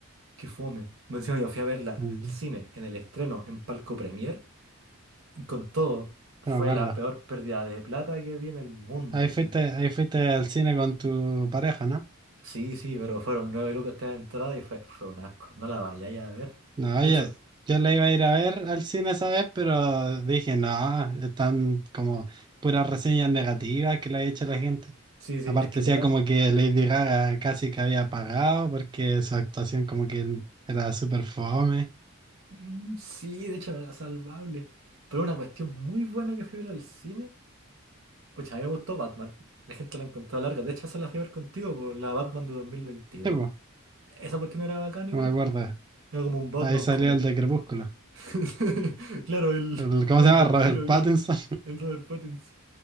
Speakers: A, on the right; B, on the right.
A: qué fome. Me encima yo fui a verla
B: Mm,
A: al cine, en el estreno, en Palco Premier, y con todo. Fue
B: No me acuerdo.
A: la peor pérdida de plata que vi en el mundo,
B: Ahí
A: así.
B: fuiste, ahí fuiste al cine con tu pareja, ¿no?
A: Sí, sí, pero fueron nueve lucas cada entrada y fue, fue un asco. No la vayáis a ver.
B: No,
A: De
B: ya,
A: hecho,
B: yo la iba a ir a ver al cine esa vez, pero dije, no, están como puras reseñas negativas que le ha hecho la gente.
A: sí, sí,
B: Aparte
A: es que
B: decía
A: total.
B: como que Lady Gaga casi que había pagado porque su actuación como que era súper fome.
A: mm, sí, de hecho no era salvable. Pero una cuestión muy buena que fui a ver al cine. Pucha, a mí me gustó Batman. La gente la encontró larga. De hecho, esa la fui a ver contigo, por la Batman de 2022.
B: Sí, po,
A: Esa cuestión era bacán igual,
B: no me acuerdo.
A: pues. Era como un Batman,
B: Ahí salió
A: como.
B: el de Crepúsculo.
A: <laughs> Claro, el,
B: El- ¿cómo
A: el
B: se llama?
A: vampiro
B: Robert Pattinson.
A: gay.
B: <laughs>
A: El Robert Pattinson.